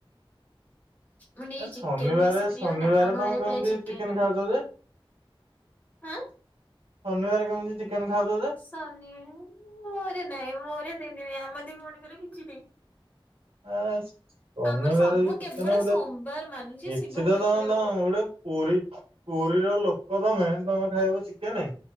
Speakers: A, on the left; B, on the right.
A: ମାନେ ଇଏ
B: ଏ
A: ଚିକେନ
B: ଶନିବାରେ
A: ବେଶି ପ୍ରିୟ
B: ଶନିବାରେ
A: ନା ଆମାର
B: ତମେ କେମିତି
A: ପ୍ରାୟ ଚିକେନ ହୁଏ।
B: ଖାଉଛ ଯେ
A: ହ
B: ଶନିବାର କେମିତି ଚିକେନ ଖାଉଚ ଯେ?
A: ଶନି ମୋର ନାଇଁ ମୋର ସୀଦି ନାହିଁ ଆମ ଦି ଭରଣିଙ୍କର କିଛି ନାଇଁ।
B: ଆ ଶନିବାର
A: ଆମର ସବୁ
B: ବି
A: ମୁଁ
B: ଚିକେନ
A: କେବଳ
B: ଗୋଟେ
A: ସୋମବାର ମାନୁଛି
B: <unintelligible>
A: ଶିବ ଠାକୁରଙ୍କୁ।
B: ପୁରୀ ପୁରୀର ଲୋକ ତମେ ତମେ ଖାଇବ ଚିକେନ।